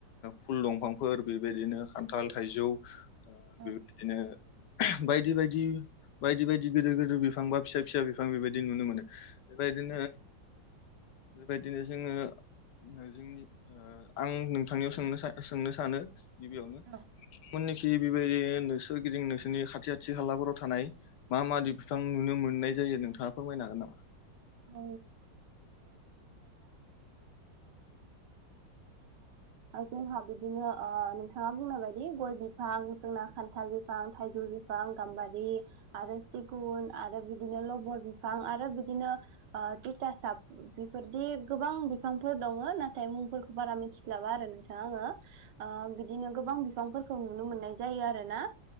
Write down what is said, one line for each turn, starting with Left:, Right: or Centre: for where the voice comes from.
Left: फुल दंफांफोर बेबायदिनो खान्थाल थाइजौ बेबायदिनो
Right: औ
Left: बायदि बायदि बायदि बायदि गोदिर गोदिर बिफां बा फिसा फिसा बिफां बेबायदि नुनो मोनो बेबायदिनो बेबायदिनो जोङो जोंनि आं नोंथांनियाव सोंनो सोंनो सानो गिबियावनो
Right: औ
Left: <unintelligible> बेबायदि नों सोरगिदिं नोंसोरनि खाथि खाथि खालाफोराव थानाय मा मा बिफां नुनो मोननाय जायो नोंथाङा फोरमायनाय जागोन नामा
Right: <unintelligible> जोंहा बिदिनो नोंथाङा बुंनाय बायदि गय बिफां जोंना खान्थाल बिफां थाइजौ बिफां गाम्बारि आरो सिगुन आरो बिदिनो लबर बिफां आरो बिदिनो तिथासाब बेफोरबादि गोबां बिफांफोर दङ नाथाय मुंफोरखौ बारा मिथिला नोंथां आङो बिदिनो गोबां बिफांफोरखौ नुनो मोननाय जायो आरोना